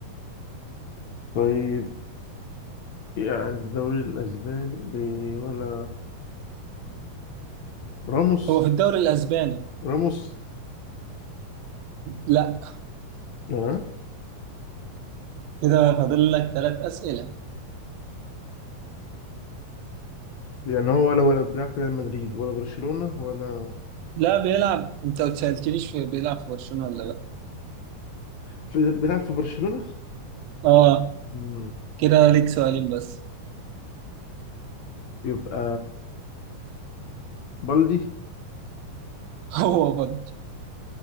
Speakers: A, on the left; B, on the right.
A: طيب يعني في الدوري الاسباني بي- ولا راموس
B: هو في الدوري الاسباني
A: راموس
B: لا
A: اه
B: كده فاضل لك ثلاث أسئلة
A: يعني هو ولا ولا بيلعب في ريال مدريد ولا برشلونة ولا
B: لا بيلعب انت ما سألتنيش في- بيلعب في برشلونة ولا لا
A: في بيلعب في برشلونة
B: اه
A: مم.
B: كده ليك سؤالين بس
A: يبقى بلدي
B: <laughs> هو برضه